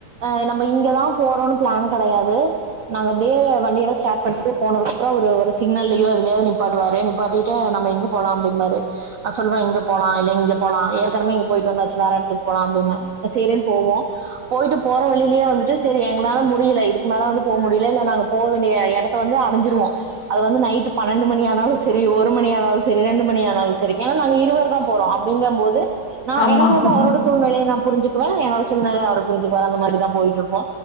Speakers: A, on the right (about 85°); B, on the left (about 80°).
A: ஆ நம்ம இங்கதா போறோம்னு பிளான் கெடையாது நாங்க அப்டியே வண்டிலாம் ஸ்டார்ட் பண்ணிட்டு போனதுக்கு அப்புற ஒரு சிக்னல்லயோ எதுலயாவது நிப்பாட்டுவாரு நிப்பாட்டிட்டு நம்ம எங்கப் போலாம்ப்டிம் பாரு அ சொல்லுவன் இங்க போலா இல்ல இங்க போலா ஏற்கனவே இங்க போயிட்டு வந்தாச்சு வேற எடத்துக்கு போலாம் அப்டின்னு சேரினு போவோ போயிட்டு போற வழியிலே வந்துட்டு சேரி எங்களால முடியல இதுக்கு மேலே வந்து போமுடியல இல்ல நாங்க போவேண்டிய எ எடத் த வந்து அடைஞ்சிருவோ அது வந்து நைட் பன்னெண்டு மணி ஆனாலு செரி ஒரு மணி ஆனாலு செரி ரெண்டு மணி ஆ னாலு சரி ஏ நாங்க இருவரு தா போறோ அப்டிங்கும் போது நா
B: ஆமா. ஆமா
A: எனக்கு
B: ஆமா
A: வந்து அவரோட சூழ்நிலைய நா புரிஞ்சுக்குவே என்னோட சூழ்நிலை அவர் புரிஞ்சுக்வார் அந்த மாரிதா போயிட்ருப்போ